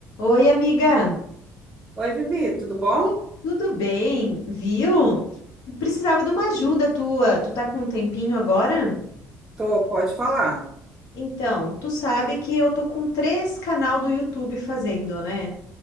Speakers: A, on the left (about 70°); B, on the right (about 15°).
A: Oi, amiga,
B: Oi, Vivi, tudo bom?
A: tudo bem? Viu? Precisava de uma ajuda tua. Tu tá com um tempinho agora?
B: Tô, pode falar.
A: Então, tu sabe que eu tô com três canal do YouTube fazendo, né?